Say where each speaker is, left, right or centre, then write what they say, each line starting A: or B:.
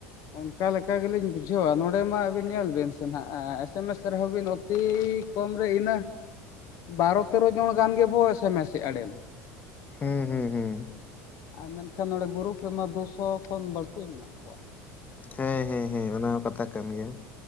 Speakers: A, on the left (about 45°); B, on the left (about 20°).
A: ᱚᱱᱠᱟ ᱞᱮᱠᱟ ᱜᱮᱞᱤᱧ ᱵᱩᱡᱷᱟᱹᱣᱟ ᱱᱚᱰᱮ ᱢᱟ ᱟᱹᱵᱤᱱ ᱧᱮᱞ ᱵᱤᱱ ᱥᱮ ᱱᱟᱦᱟᱜ ᱮᱥᱮᱢᱮᱥ ᱨᱮᱦᱚᱸ ᱵᱤᱱ ᱚᱛᱤ, ᱠᱚᱢ ᱨᱮ ᱤᱱᱟᱹ ᱵᱟᱨᱚ ᱛᱮᱨᱚ ᱡᱚᱸᱲ ᱜᱟᱱ ᱜᱮᱵᱚ ᱮᱥᱮ ᱢᱮᱥᱮᱫᱼᱟ ᱰᱮᱞᱤ᱾
B: ᱦᱩᱸ ᱦᱩᱸ ᱦᱩᱸ,
A: ᱟᱨ ᱢᱮᱱᱠᱷᱟᱱ ᱱᱚᱰᱮ ᱜᱩᱨᱩᱯ ᱨᱮᱢᱟ ᱫᱩᱥᱚ ᱠᱷᱚᱱ ᱵᱟᱹᱲᱛᱤ ᱢᱮᱱᱟᱜ ᱠᱚᱣᱟ᱾
B: ᱦᱮᱸ ᱦᱮᱸ ᱦᱮᱸ ᱚᱱᱟ ᱦᱚᱸ ᱠᱟᱛᱷᱟ ᱠᱟᱱ ᱜᱮᱭᱟ᱾